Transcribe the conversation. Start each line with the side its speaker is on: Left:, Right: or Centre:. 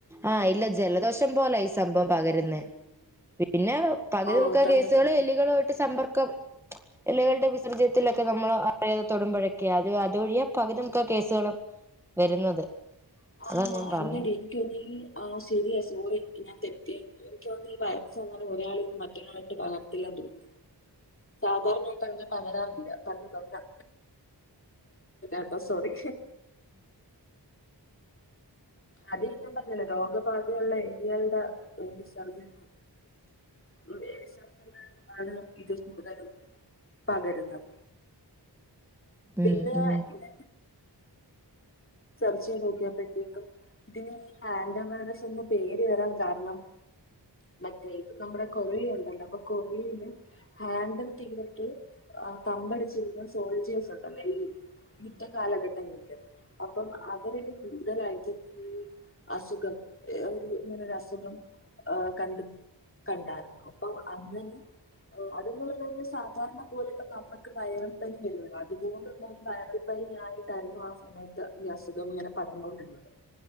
Centre: ആഹ ഇല്ല ജലദോഷം പോലെ ഈ സംഭവം പകരന്നേ പിന്നെ പകുതി
Left: ആഹ്
Centre: മുക്ക
Left: തന്നത്
Centre: കേസുകള് എലികളുമായിട്ട് സമ്പർക്കം ഇലകളുടെ വിസർജ്യത്തിലൊക്കെ നമ്മൾ അറിയാതെ തൊടുമ്പോഴൊക്കെയാ അത് അത്വഴിയാ പകുതമുക്ക് കേസുകളും വരുന്നത്
Left: ആഹ്
Centre: അതാ ഞാൻ
Left: അല്ലടീ
Centre: പറഞ്ഞെ
Left: എനിക്ക് തന്നെങ്കി ആ ശരിയ സോറി ഞാൻ തെറ്റി ഇോ ഈ വയർച്ചന്നാലും ഒരാളന്നന്ന് മറ്റൊരാളായിട്ട് പകർത്തില്ല തോന്നുന്നു സാധാരണായിട്ട് അങ്ങനെ പകരാറില്ല <unintelligible> <unintelligible> എ സോറി അത ഞാൻ പറഞ്ഞല്ല രോഗബാധയുള്ള എലികളുടെ വിസർജന <unintelligible> താണ് ഇത് കൂടുതലും പകരുന്നത്
Centre: ഉം
Left: പിന്നെ
Centre: ഉം
Left: ഇത ചർച്ചി പോകയാ പെതിക്ക ഇതിന് ആൻഡവൈറസ് എന്ന് പേര് വരാൻ കാരണം മറ്റേ ഇപ്പ നമ്മുടെ കൊറിയ ഉണ്ടല്ലോ അപ്പൊ കൊറും ഹാൻഡും തീരട്ട ആ തമ്പടിച്ചിുന്ന സോൾജിയേസ് ഉണ്ടല്ലോ ഈ യുദ്ധ കാലഘട്ടങ്ങളില് അപ്പം അവരടെ കൂടുതലായിട്ടും അസുഖം ഒരു ഇങ്ങനെ ഒരു അസുഖം കണ്ടു കണ്ടായിരുന്നു അപ്പൊ അങ്ങനെ അതന്ന് പറഞ്ഞ കഴിഞ്ഞാൽ അതുന്ന് സാധാരണ പോലെുള്ള നമ്മുക്ക് വയറൽപ്പനി വര അഅതുപോലുള്ള വയറൽ പനി യായിട്ടായിരുന്നു ആ സമയത്ത് ഈ അസുഖം ഇങ്ങനെ പടന്നൊണ്ടിരത്